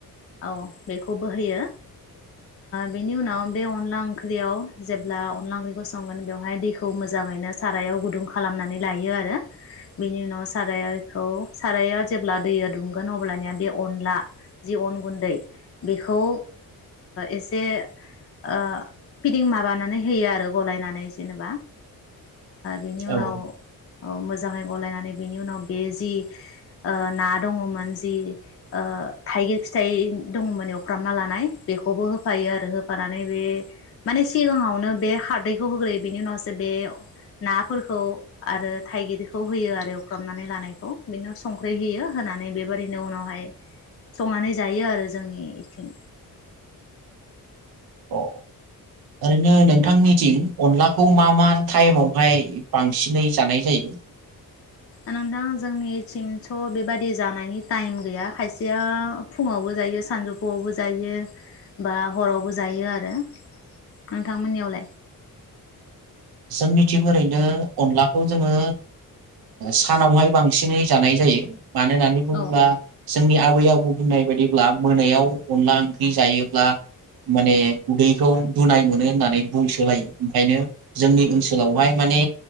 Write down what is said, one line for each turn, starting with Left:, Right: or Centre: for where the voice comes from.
Left: औ बेखौबो होयो बेनि उनाव बे अनला ओंख्रियाव जेब्ला अनला ओंख्रिखौ संगोन बेवहाय दैखौ मोजाङैनो सारायाव गुदुं खालामनानै लायो आरो बेनि उनाव साराइखौ साराया जेब्ला दैया दुंगोन अब्लानिया बे अनला जि अन गुन्दै बेखौ एसे ओ फिदिं माबानानै होयो आरो गलायनानै जेनेबा बेनि उनाव
Right: औ
Left: औ मोजाङै गलायनानै बिनि उनाव बे जि ना दङमोन जि ओ थाइगिर फिथाइ दङमोन एवफ्रामना लानाय बेखौबो होफायो आरो होफानानै बे माने सिगाङावनो बे खारदैखौ होग्रोयो बेनि उनावसो बे नाफोरखौ आरो थाइगिरखौ होयो आरो एवफ्रामनानै लानायखौ बेनि उनाव संख्रि होयो होनानै बेबादिनो उनावहाय संनानै जायो आरो जोंनिथिं
Right: अ ओरैनो नोंथांनिथिं अनलाखौ मा मा टाइमावहाय बांसिनै जानाय जायो
Left: नोंथां जोंनिथिथ बेबादि जानायनि टाइम गैया खायसेया फुङावबो जायो सानजौफुआवबो जायो बा हरावबो जायो आरो नोंथांमोननियावलाय
Right: जों मिथिं ओरैनो अनलाखौ जोङो सानावहाय बांसिनै जानाय जायो मानो होननानै बुङोब्ला
Left: औ
Right: जोंनि आबै आबौ बुंनाय बायदिब्ला मोनायाव अनला ओंख्रि जायोब्ला माने उदैखौ बुनाय मोनो होननानै बुंसोलायो ओंखायनो जोंनि ओनसोलावहाय माने